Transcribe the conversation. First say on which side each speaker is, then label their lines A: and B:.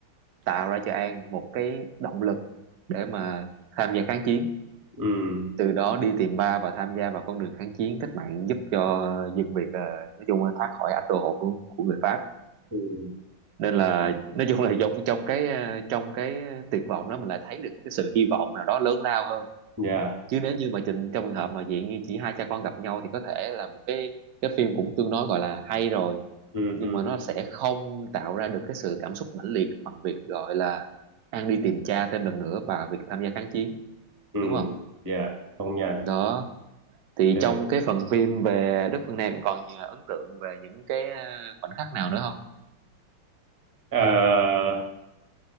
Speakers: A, on the right; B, on the right.
A: tạo ra cho An một cái động lực để mà tham gia kháng chiến
B: ừ
A: từ đó đi tìm ba và tham gia vào con đường kháng chiến cách mạng giúp cho dân Việt à, nói chung là thoát khỏi ách đô hộ của, của người Pháp
B: ừ
A: Nên là nói chung là trong trong cái, ờ, trong cái tuyệt vọng đó mình lại thấy được một cái sự hy vọng nào đó lớn lao hơn.
B: yeah
A: Chứ nếu như mà trình trong trường hợp mà dạng như chỉ hai cha con gặp nhau thì có thể là một cái cái phim cũng tương đối, gọi là, hay rồi,
B: ừ
A: nhưng
B: ừ
A: mà nó sẽ không tạo ra được cái sự cảm xúc mãnh liệt bằng việc, gọi là, An đi tìm cha thêm lần nữa và việc tham gia kháng chiến,
B: ừ
A: đúng không?
B: yeah công nhận
A: Đó, thì
B: ừ.
A: trong cái phần phim về Đất Phương Nam còn gì ấn tượng về những cái, ờ, khoảnh khắc nào nữa không?
B: Ờ,